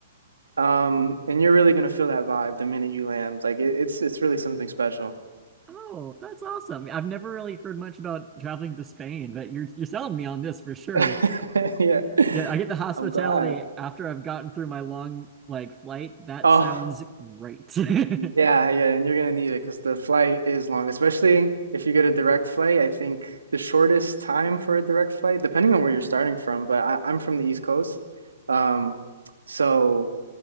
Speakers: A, on the right (about 85°); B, on the right (about 20°).
A: Um, and you're really gonna feel that vibe the minute you land. Like it, it's it's really something special.
B: Oh, that's awesome. I've never really heard much about traveling to Spain, but you're you're selling me on this for sure.
A: <laughs> Yeah,
B: Yeah, I get the hospitality
A: I'm glad.
B: after I've gotten through my long like flight. That
A: Oh.
B: sounds great.
A: Yeah,
B: <laughs>
A: yeah, and you're gonna need it because the flight is long, especially if you get a direct flight. I think the shortest time for a direct flight, depending on where you're starting from, but I, I'm from the East Coast, um, so